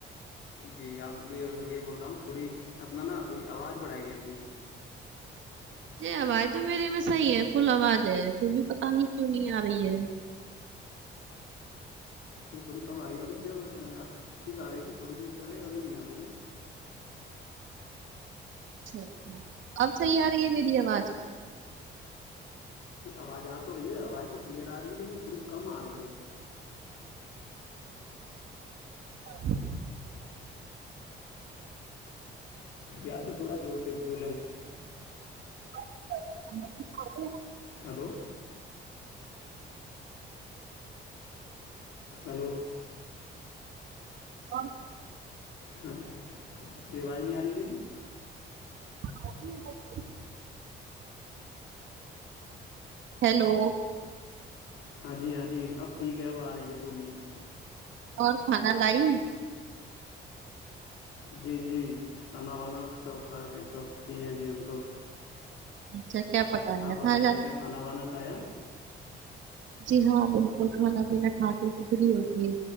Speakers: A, on the left (about 80°); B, on the right (about 70°).
A: جی اب یہ بول رہا ہوں تھوڑی اپنا نا تھوڑی آواز بڑھائی ہے اپنی
B: جی آواز تو میرے میں صحیح ہے فل آواز ہے پھر بھی پت نہیں کیوں نہیں آ رہی ہے
A: نہیں تھوڑی کم آ رہی ابھی جب ٹھیک آ رہی تھی تھوڑی دیر پہلے ابھی نہیں آ رہی
B: اچھا اچ اب صحیح آ رہی ہے میری آواز
A: آواز آ تو رہی ہے آواز تو کلیئر آ رہی ہے لیکن تھوڑی کم آ رہی ہے
B: <inaudible>
A: یاد تو تھوڑا زور سے بولے ہیں
B: <inaudible>
A: ہلو ہلو
B: اور
A: ہاں یہ آواز نہیں آ رہی میری
B: ہ ہیلو <inaudible>
A: ہاں جی ہاں جی اب ٹھیک ہے اب آ رہی ہے بولیے
B: اور کھگا لائی
A: جی جی کھانا وانا سب کھا کے سب فری ہیں جی ہم تو
B: ہ اچھا کیا پتا ہےیا
A: آپ بتائیں
B: تھا ج
A: آپ نے کھانا وانا کھایا
B: جی ہاں بالکل کھانا پینا کھاتے تو فری ہوتی ہے